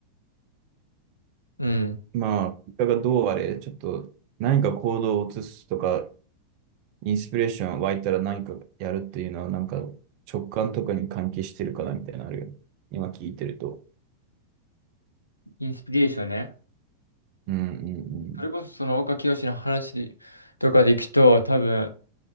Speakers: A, on the left; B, on the right.
A: うん。
B: まあ、結果がどうあれ、ちょっと何か行動を移すとか、インスピレーション湧いたら何かやるっていうのは、なんか直感とかに関係してるかなみたいなのあるよね。今聞いてると。
A: インスピレーションね。
B: うんう
A: それこそその岡清の話とかでいくと、
B: ん
A: 多分、